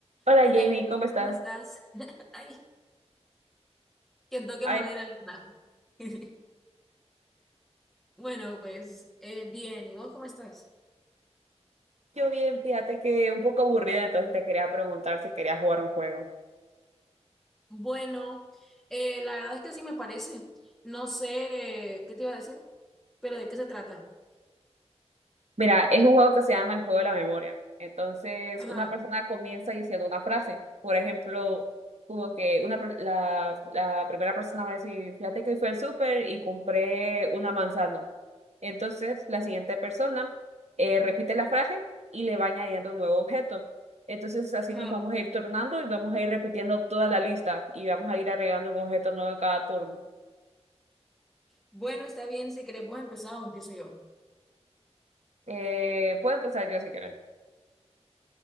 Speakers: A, on the right; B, in the centre.
A: Hola
B: Hola,
A: Jamie,
B: Lina,
A: ¿cómo estás?
B: ¿cómo estás? <laughs> Ay, que toque
A: Ay,
B: madera, Lina. <laughs> Bueno, pues eh, bien, ¿y vos cómo estás?
A: yo bien, fíjate que un poco aburrida, entonces te quería preguntar si querías jugar un juego.
B: Bueno, eh, la verdad es que sí me parece. No sé eh, qué te iba a decir, pero ¿de qué se trata?
A: Mira, es un juego que se llama el juego de la memoria. Entonces,
B: Ajá,
A: una persona comienza diciendo una frase. Por ejemplo, como que una, per- la, la primera persona va a decir, fíjate que hoy fui al súper y compré una manzana. Entonces, la siguiente persona eh, repite la frase y le va añadiendo un nuevo objeto. Entonces, así
B: ajá.
A: nos vamos a ir tornando y vamos a ir repitiendo toda la lista y vamos a ir agregando un objeto nuevo en cada turno.
B: Bueno, está bien, si querés vos empezar o empiezo yo.
A: Eh, puedo empezar yo si quieres.